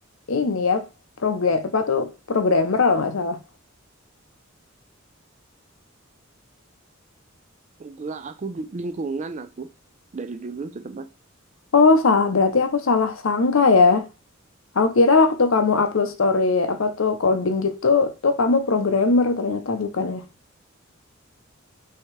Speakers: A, on the left (about 70°); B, on the right (about 35°).
A: ini ya program apa tuh programmer kalau nggak salah.
B: enggak aku du- lingkungan aku dari dulu tetap Mas.
A: Oh salah, berarti aku salah sangka ya. Aku kira waktu kamu upload story apa tuh coding gitu tuh kamu programmer ternyata bukan ya.